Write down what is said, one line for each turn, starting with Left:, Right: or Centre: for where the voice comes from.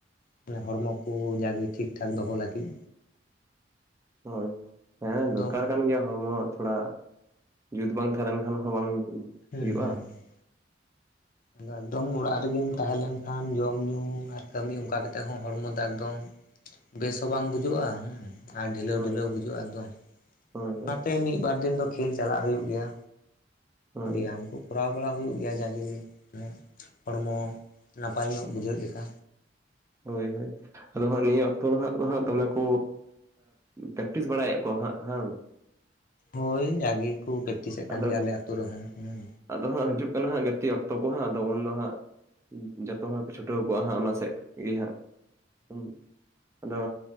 Left: ᱢᱟᱱᱮ ᱦᱚᱲᱢᱚ ᱠᱚ ᱡᱟᱜᱮ ᱴᱷᱤᱠ ᱴᱷᱟᱠ ᱫᱚᱦᱚ ᱞᱟᱹᱜᱤᱫ᱾
Right: ᱦᱳᱭ ᱦᱮᱸ
Left: ᱮᱠᱫᱚᱢ
Right: ᱫᱚᱨᱠᱟᱨ ᱠᱟᱱ ᱜᱮᱭᱟ ᱦᱚᱲᱢᱚ ᱛᱷᱚᱲᱟ ᱡᱩᱛ ᱵᱟᱝ ᱛᱟᱦᱮᱸ ᱞᱮᱱᱠᱷᱟᱱ ᱦᱚᱸ ᱵᱟᱝ
Left: ᱦᱩᱸ,
Right: ᱦᱩᱭᱩᱜᱼᱟ
Left: ᱦᱩᱸ, ᱦᱩᱸ᱾ ᱟᱫᱚ ᱮᱠᱫᱚᱢ ᱚᱲᱟᱜ ᱨᱮᱜᱮᱢ ᱛᱟᱦᱮᱸ ᱞᱮᱱᱠᱷᱟᱱ ᱡᱚᱢ ᱧᱩ ᱟᱨ ᱠᱟᱹᱢᱤ ᱚᱱᱠᱟ ᱠᱟᱛᱮᱫ ᱦᱚᱸ ᱦᱚᱲᱢᱚ ᱫᱚ ᱮᱠᱫᱚᱢ ᱵᱮᱥ ᱦᱚᱸ ᱵᱟᱝ ᱵᱩᱡᱟᱹᱜᱼᱟ ᱦᱩᱸ ᱟᱨ ᱰᱷᱤᱞᱟᱹᱣ
Right: ᱦᱳᱭ
Left: ᱰᱷᱤᱞᱟᱹᱣ ᱵᱩᱡᱩᱜᱼᱟ ᱮᱠᱫᱚᱢ
Right: ᱦᱳᱭ
Left: ᱚᱱᱟᱛᱮ ᱢᱤᱫ ᱵᱟᱨ ᱫᱤᱱ ᱫᱚ ᱠᱷᱮᱞ ᱪᱟᱞᱟᱜ ᱦᱩᱭᱩᱜ ᱜᱮᱭᱟ
Right: ᱦᱳᱭ
Left: ᱵᱮᱭᱟᱢ ᱠᱚ ᱠᱚᱨᱟᱣ ᱵᱟᱲᱟ ᱦᱩᱭᱩᱜ ᱜᱮᱭᱟ ᱡᱟᱜᱮ ᱢᱟᱱᱮᱼᱼ ᱦᱚᱲᱢᱚ ᱱᱟᱯᱟᱭ ᱧᱚᱜ ᱵᱩᱡᱷᱟᱹᱜ ᱞᱮᱠᱟ᱾
Right: ᱦᱳᱭ ᱦᱳᱭ ᱟᱫᱚ ᱦᱟᱸᱜ ᱱᱤᱭᱟᱹ ᱚᱠᱛᱚ ᱫᱚ ᱦᱟᱸᱜ ᱢᱟᱦᱟᱸ ᱫᱚᱢᱮ ᱠᱚᱼᱼ ᱯᱮᱠᱴᱤᱥ ᱵᱟᱲᱟᱭᱮᱫ ᱠᱚ ᱦᱟᱸᱜ ᱦᱩᱸ᱾
Left: ᱦᱳᱭ ᱵᱟᱜᱮᱠᱚ ᱯᱮᱠᱴᱤᱥᱮᱫ ᱠᱟᱱ
Right: ᱟᱫᱚ
Left: ᱜᱮᱭᱟ ᱟᱞᱮ ᱟᱛᱩ ᱨᱮᱦᱚᱸ ᱦᱩᱸ᱾
Right: ᱟᱫᱚ ᱦᱟᱸᱜ ᱦᱤᱡᱩᱜ ᱠᱟᱱᱟ ᱦᱟᱸᱜ ᱜᱟᱛᱮᱜ ᱚᱠᱛᱚ ᱠᱚ ᱦᱟᱸᱜ ᱟᱫᱚ ᱩᱱᱫᱚ ᱦᱟᱸᱜᱼᱼ ᱡᱚᱛᱚ ᱦᱚᱲ ᱠᱚ ᱪᱷᱩᱴᱟᱹᱣ ᱠᱚᱜᱼᱟ ᱦᱟᱸᱜ ᱚᱱᱟ ᱥᱮᱫ ᱜᱮ ᱦᱟᱸᱜ ᱦᱩᱸ᱾ ᱟᱫᱚ